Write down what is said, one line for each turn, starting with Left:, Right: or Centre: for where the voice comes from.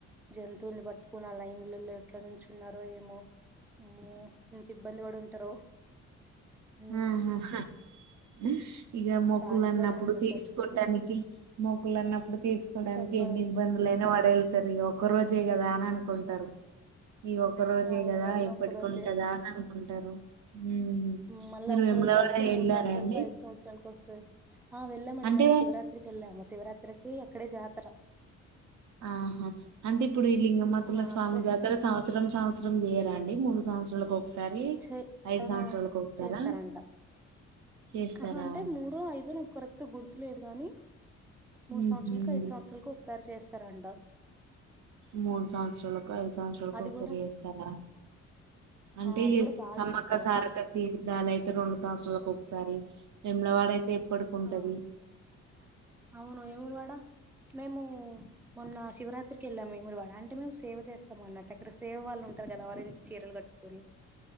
Centre: జం తుల్ని పట్టుకుని ఆ లైన్ల లా ఎట్ల నుంచున్నారో ఏమో అమ్మో ఎంత ఇబ్బంది పడు ఉంటారో మ్మ్
Right: ఊహ్మ హ్ హ ఇగ మొక్కులు
Centre: చాలా ఇబ్బంది
Right: అన్నపుడు
Centre: ఉంది అసలు
Right: తీర్చుకోడానికి మొకులు. అన్నప్పుడు తీర్చుకోటానికి మొకులున్నప్పుడు తీర్చుకోడానికి
Centre: తప్పదు
Right: ఎన్ని ఇబ్బందులయినా. వాడ్ వెళ్తారు ఒక్క రోజే కదా అని అనుకుంటారు. ఈ ఒక రోజే
Centre: అవును
Right: కదా
Centre: ఏదన్నా
Right: ఎప్పటికుంటదా
Centre: ఒక్క రోజే
Right: అన్ అంటారు ఉమ్
Centre: మళ్ళా
Right: మీరు
Centre: ఒక్క
Right: వేములవాడ
Centre: రోజు దాడితే మూడు
Right: వెళ్ళారా
Centre: సంవత్సరాలకు
Right: అండి
Centre: ఐదు సంవత్సరాలకు వస్తాయి. ఆ వెళ్ళామండి
Right: అంటే
Centre: మన శివరాత్రికి కెళ్ళామ. శివరాత్రికి అక్కడే జాతర
Right: ఆహా అంటే ఇప్పుడు ఈ లింగమతుల
Centre: ఆ
Right: స్వామి
Centre: అక్కడే
Right: జాతర సాగు సంసరం సంవత్సరం చేయరాండి మూడు సంవత్సరాలకు ఒకసారి.
Centre: చే
Right: ఐదు
Centre: ఆ
Right: సంవత్సరాలకు ఒకసారా
Centre: చేస్తారంట.
Right: చేస్తారా
Centre: ఆహా అంటే మూడో ఐదోని నాకు కరెక్ట్ గుర్తు లేదు కగాని మూడు
Right: ఉహు
Centre: సంవత్సరాలకు ఐదు సంవత్సరాలకు ఒకసారి. చేస్ స్తారండ
Right: మూడు సంవత్సరాలకు ఐదు సంవత్సరాలకు
Centre: అది
Right: ఒకసారి
Centre: కూడా
Right: చేస్తారా అంటే
Centre: ఆ అది కూడా బాగా
Right: సమ్మక్క
Centre: చేస్తారు
Right: సారక తీర్థాలు అయితే రెండు సంవత్సరాల కో సారి ఎమ్లవాడయి ఎప్పడుకుంటది
Centre: ఆ అవును ఏమురువాడా మేము మొన్న శివరాత్ ఇక్కకి వెళ్ళాం వేములవాడ అంటే మేము సేవ చేస్తాం అన్నట్టు. అక్కడ సేవ వాళ్ళు ఉంటారు కదా వరి నుంచి చీరలు కట్టుకొని.